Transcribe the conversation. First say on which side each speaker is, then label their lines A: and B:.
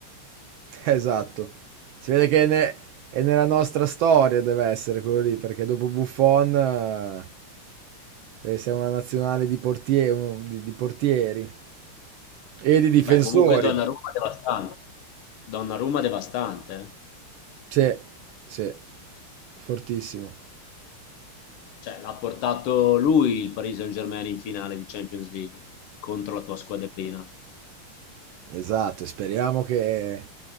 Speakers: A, on the right; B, on the left.
A: <laughs> esatto. Si vede che è, ne- è nella nostra storia deve essere quello lì, perché dopo Buffon eh, deve essere una nazionale di, portie- un- di- di portieri e di difensori.
B: Beh, comunque Donnarumma è devastante. Donnarumma è devastante, eh.
A: Sì, sì, fortissimo.
B: Cioè, l'ha portato lui il Paris Saint-Germain in finale di Champions League contro la tua squadrina.
A: Esatto, e speriamo che,